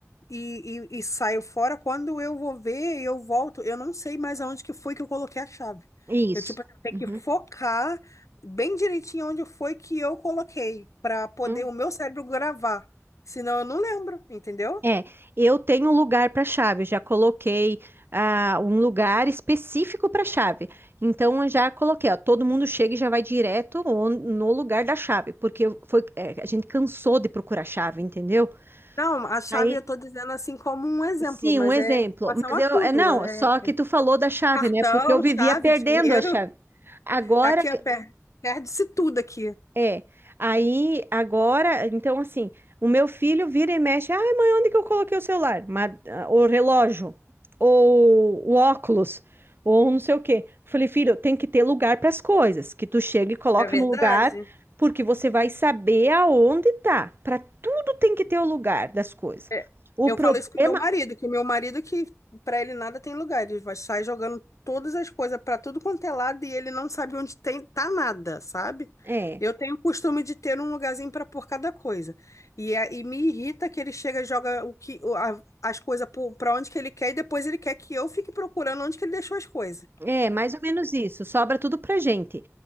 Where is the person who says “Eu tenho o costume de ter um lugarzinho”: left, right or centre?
Left